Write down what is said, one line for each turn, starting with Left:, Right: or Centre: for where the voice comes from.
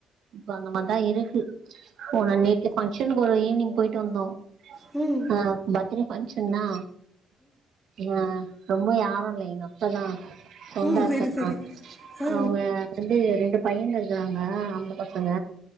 Right: இப்போ அந்த மார்தா இருக்கு போன நேத்து பங்க்ஷனுக்கு ஒரு ஈவ்னிங் போய்ட்டு வந்தோ
Centre: ம்
Right: ஆ பர்த்டே ஃபங்க்ஷன்னா ஆ ரொம்ப யாரு இல்ல எங்க அத்த தா சொந்த
Centre: ம்
Right: அத்த
Centre: சரி
Right: தா
Centre: சரி ஆ
Right: அவுங்க வந்து ரெண்டு பையன்க இருக்குறாங்க ஆம்பள பசங்க